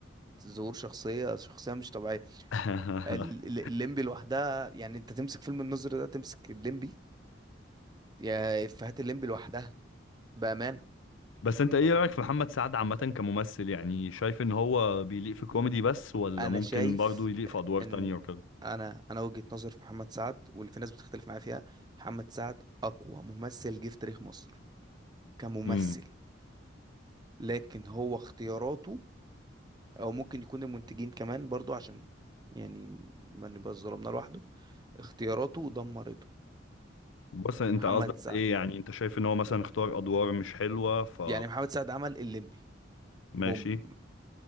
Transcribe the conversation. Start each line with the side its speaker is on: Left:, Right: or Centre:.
Right: ظهور شخصيه شخصيه مش طبيعيه
Left: <laughs>
Right: ال- ال- الليمبي لوحدها يعني انت تمسك فيلم النظر ده تمسك الليمبي يا افيهات الليمبي لوحدها بامانه
Left: بس انت ايه رأيك في محمد سعد عامة كممثل يعني شايف ان هو بيليق في كوميدي بس ولا
Right: انا
Left: ممكن
Right: شايف
Left: برضه يليق في ادوار
Right: ان
Left: تانية وكده
Right: انا انا وجهه نظري في محمد سعد واللي في ناس بتختلف معايا فيها محمد سعد اقوى ممثل جه في تاريخ مصر كممثل
Left: امم
Right: لكن هو اختياراته او ممكن يكون المنتجين كمان برضو عشان يعني ما نبقاش ظلمنا لوحده اختياراته دمرته
Left: بص انت
Right: محمد
Left: قصدك
Right: سعد
Left: ايه يعني انت شايف ان هو مثلا اختار ادوار مش حلوة ف
Right: يعني محمد سعد عمل الليمبي
Left: ماشي
Right: بوم